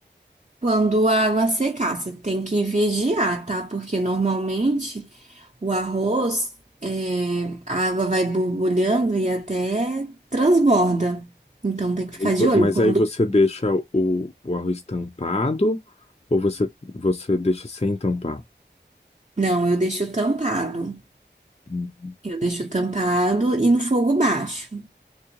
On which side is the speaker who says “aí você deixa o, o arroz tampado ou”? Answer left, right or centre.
Left